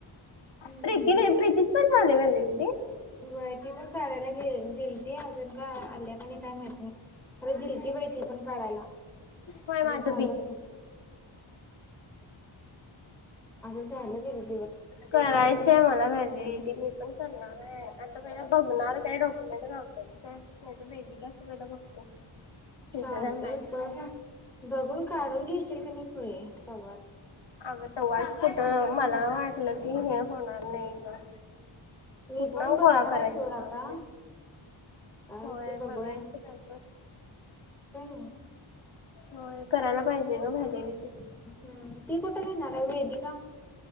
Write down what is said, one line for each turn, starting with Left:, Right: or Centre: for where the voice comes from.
Centre: हम्म
Left: प्रीतीने प्रीतीची पणजले व्हलेंडीटी
Centre: व्हय, पण काढायला गे दिलीती अजून का आल्या का नाही काय माहत नाही. खरं दिलती बाई ती पण काढायला आता
Left: होय माझं
Centre: झालं
Left: बी
Centre: का <inaudible> अ झालं करून
Left: करायचं आहे मला वेलिडिटी मी पण करणार आहे आता पहि बघणार काय डॉक्युमेंट घावत्यात काय नाही वेदिकच पहिल बघतो. तिचं
Centre: चालते
Left: जर मॅच
Centre: बघ बघून काढून घ्यायेशील का नाही खुळे तवाच
Left: अगं तेव्हाच कुठं मला वाटलं की हे होणार नाही ग
Centre: मी
Left: कुठनं
Centre: पण बघणार
Left: गोळा करायचं
Centre: आहे सोड
Left: सांग
Centre: आता
Left: ते
Centre: काय
Left: होय
Centre: होते बघूया
Left: बघायचं कायतर
Centre: काय नाही.
Left: होय करायला पाहिजे ग भांडिन
Centre: हम्म ती कुठं घेणार हाय वेदीका